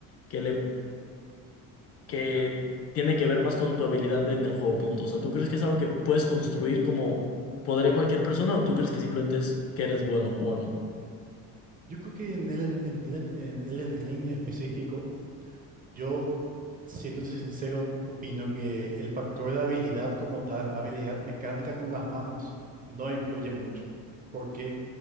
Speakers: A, on the left (about 40°); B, on the right (about 25°).
A: que le que tiene que ver más con tu habilidad en el juego, punto. O sea, ¿tú crees que es algo que puedes construir como podría cualquier persona o tú crees que simplemente es que eres bueno jugando?
B: Yo creo que en el, en, Elden- en Elden Ring en específico, yo, siéndose sincero, opino que el factor de habilidad como tal, habilidad mecánica con las manos, no influye mucho. ¿Por qué?